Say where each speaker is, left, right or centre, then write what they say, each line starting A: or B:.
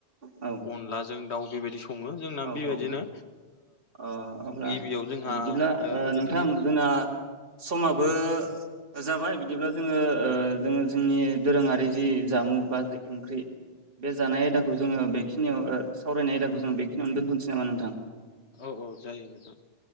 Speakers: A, on the right (about 55°); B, on the left (about 70°).
A: औ
B: अनलाजों दाउ बेबायदि सङो जोंना
A: औ
B: बेबायदिनो
A: औ ओ अब्ला
B: गिबियाव जोंहा
A: बिदिब्ला ओ
B: बेबायदिनो
A: नोंथां जोंना समाबो जाबाय बिदिब्ला जोङो जोङो जोंनि दोरोङारि जि जामुं बा ओंख्रि बे जानाय आयदाखौ जोङो बेखिनियाव सावरायनाय आयदाखौ जों बेखिनियावनो दोन्थ'नोसै नामा नोंथां
B: औ औ जायो नोंथां